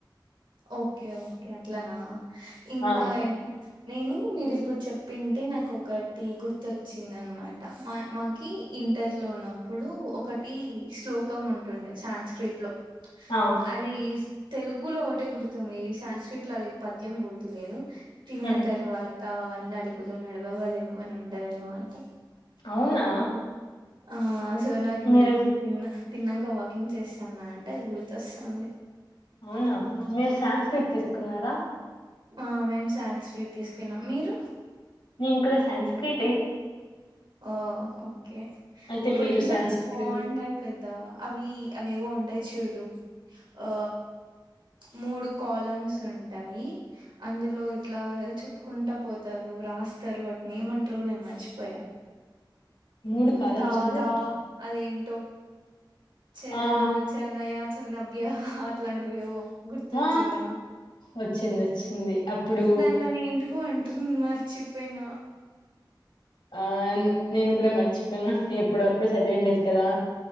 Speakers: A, on the right; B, on the left.
A: ఓకే ఓకే అట్లానా ఇంకా
B: ఆ
A: ఏం నేను మీరిప్పుడు చెప్పింటే నాకు ఒకటి గుర్తుచ్చింది అనమాట మా మాకి ఇంటర్ లో ఇప్పుడు ఒకటి శ్లోకం ఉంటుండే సంస్క్రిట్ లో
B: ఆ
A: అది తెలుగులో ఒకటే గుర్తుంది సాంస్క్రిట్ లో అది పద్యం గుర్తులేదు తిన్న
B: ఉమ్
A: తర్వాత వంద అడుగులు నడవ వలెను అని ఉంటదన్న మాట
B: అవునా
A: ఆ సో నాకి మీరిపుడు
B: మీరు
A: తిన్నా తిన్నంక వాకింగ్ చేస్తాను అంటే అది గుర్తొస్తుంది
B: అవునా మీరు శాంస్క్రిట్ తీసుకున్నారా
A: ఆ మేము సాంస్క్రిట్ తీసుకున్నాం మీరు
B: నేను కూడా సాంస్క్రిటె
A: ఓ ఓకే
B: అయితే
A: అప్పుడు
B: మీరు
A: ఎంత
B: సాన్స్క్రిట్
A: బాగుండే కదా అవి అవివో ఉంటాయి చూడు ఆ మూడు కాలమ్స్ ఉంటాయి అందులో ఇట్లా చెప్పుకుంటా పోతారు రాస్తారు వాటిని ఏమంటారు కూడా నేను మర్చిపోయా
B: మూడు కాలమ్స్
A: తా
B: ఉండే
A: తా అదేం చెరణ
B: ఆ
A: ఆచరణ చరనా అభ్య అట్లాంటివేవో గుర్తొచ్చింద
B: ఆ వచ్చింది వచ్చింది అప్పుడు
A: దానిలోనీ అంటారు మర్చిపోయినా
B: ఆ నేను కూడా మచ్ ఎప్పుడప్పుడు చదివ ఉండేది కదా